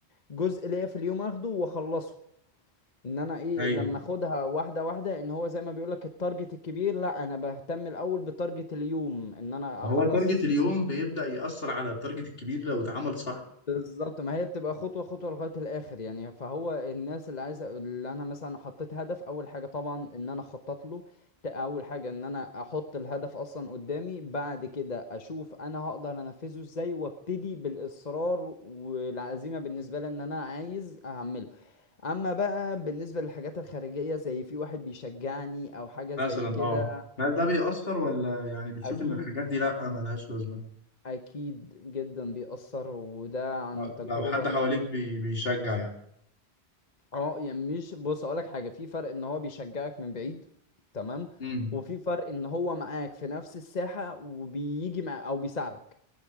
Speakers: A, on the left; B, on the left.
A: جزء ليا في اليوم اخده واخلصه ان انا ايه
B: ايوه
A: لما اخدها واحده واحده ان هو زي ما بيقولك التارجت الكبير لا انا بهتم الاول بتارجت اليوم ان انا
B: ما
A: اخلص
B: هو تارجت اليوم بيبدا ياثر على التارجت الكبير لو اتعمل صح
A: بالظبط ما هي بتبقى خطوة خطوة لغاية الآخر يعني فهو الناس اللي عايزة اللي أنا مثلا حطيت هدف أول حاجة طبعا إن أنا أخطط له ت- أول حاجة إن أنا أحط الهدف أصلا قدامي بعد كده أشوف أنا هقدر أنفذه إزاي وأبتدي بالإصرار والعزيمة بالنسبة لي إن أنا عايز أعمله أما بقى بالنسبة للحاجات الخارجية زي في واحد بيشجعني أو حاجة زي
B: مثلا
A: كده
B: اه هل ده بيأثر ولا يعني بتشوف
A: أكيد
B: ان الحاجات دي لا ملهاش لازمه
A: أكيد جدا بيأثر وده عن
B: آه،
A: تجربة
B: لو حد
A: مني
B: حواليك بي بيشجع يعني
A: اه يعني مش بص اقولك حاجه في فرق ان هو بيشجعك من بعيد تمام
B: مم.
A: وفي فرق ان هو معاك في نفس الساحه وبيجي مع او بيساعدك